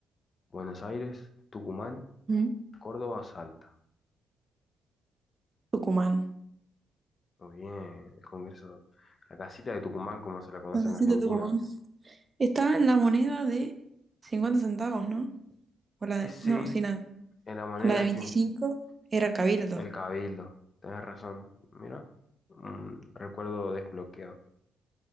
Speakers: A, on the left; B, on the right.
A: Buenos Aires, Tucumán,
B: Mm.
A: Córdoba o Salta.
B: Tucumán.
A: Muy bien, el Congreso. La casita de Tucumán, como se la conoce
B: La casita
A: en Argentina.
B: Tucumán. Estaba en la moneda de 50 centavos, ¿no? O la de-
A: Eh, sí,
B: no, sí, la,
A: en la moneda
B: la de
A: dicen
B: veinticinco era el cabildo.
A: el Cabildo. Tenés razón. Mira, un recuerdo desbloqueado.